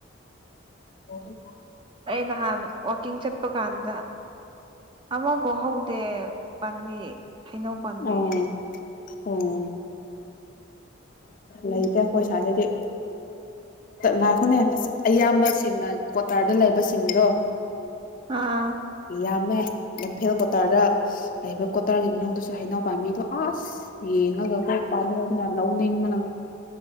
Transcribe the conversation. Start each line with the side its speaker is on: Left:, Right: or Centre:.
Left: ꯎꯝ
Right: ꯑꯩ ꯅꯍꯥꯟ ꯋꯥꯋꯀꯤꯡ ꯆꯠꯄ ꯀꯥꯟꯗ ꯑꯃꯐꯥꯎ ꯍꯧꯗꯦ ꯄꯥꯝꯕꯤ ꯍꯩꯅꯧ ꯄꯥꯝꯕꯤ
Left: ꯑꯣ ꯑꯣ ꯂ ꯇꯈꯣꯏꯁꯗꯦꯗꯤ ꯀꯈꯣꯅꯦ ꯑ ꯑꯌꯥꯝꯕꯁꯤꯡꯅ ꯀ꯭ꯣꯇꯥꯔꯗ ꯂꯩꯕꯁꯤꯡꯗꯣ
Right: ꯑꯥ
Left: ꯌꯥꯝꯃꯦ ꯂꯝꯐꯦꯜ ꯀꯇꯥꯗ ꯇꯔꯒꯤ ꯃꯅꯨꯡꯗꯁꯨ ꯍꯩꯅꯎ ꯄꯥꯝꯕꯤꯗꯣ ꯑꯁ ꯌꯦꯡꯉꯒ ꯑꯩꯈꯣꯏ ꯄꯥꯝꯃꯨꯕꯅ ꯂꯧꯅꯤꯡꯕꯅ